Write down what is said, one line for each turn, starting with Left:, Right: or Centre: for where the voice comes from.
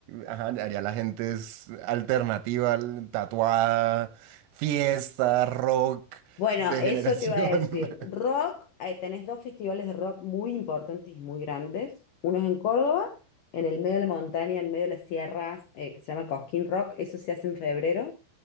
Right: ajá, allá la gente es alternativa, al- tatuada, fiesta, rock,
Left: Bueno,
Right: degeneración.
Left: eso te iba a decir.
Right: <laughs>
Left: Rock, eh, tenés dos festivales de rock muy importantes y muy grandes. Uno es en Córdoba, en el medio de la montaña, en medio de las sierras, eh, que se llama Cosquín Rock, eso se hace en febrero.